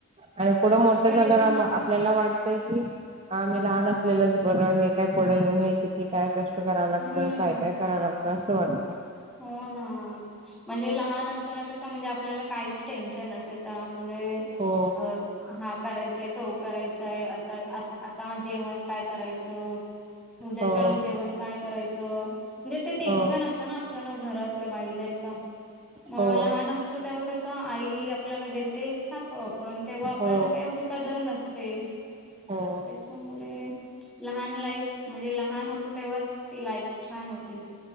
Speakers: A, on the right; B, in the centre.
A: आणि पुढं मोठं
B: तेच
A: झालंयावर
B: ना.
A: आपल्याला वाट तय की, आम्ही लहान असलेलंच बरं आहे, हे काय पुढं येऊन हे किती काय कष्ट ष्ट करावं लागतं,
B: हम्म
A: काय -काय करावं लागतं, असं वाटतं.
B: हो ना, म्हणजे लहान अस <unintelligible> कसं म्हणजे, आपल्याला काहीच टेन्शन नसायचा. म्हणजे,
A: हो
B: अ हा करायचाय, तो करायचाय. आता आत आता जेवण काय करायचं? उद्याच्याला,
A: हो
B: जेवण काय करायचं? म्हणजे, ते टेन्शन
A: हो
B: असतं ना, आपल्याला. घरातल्या बाईला एका. म
A: हो
B: लहान अस तेव्हा कसं, आई आपल्याला देते. खातो आपण. तेव्हा आपल्याला
A: हो
B: काय एवढ कदर नसते.
A: हो
B: तेच <unintelligible> लहान लाईफ. म्हणजे, लहान होतो तेव्हाच, ती लाईफ छान होती.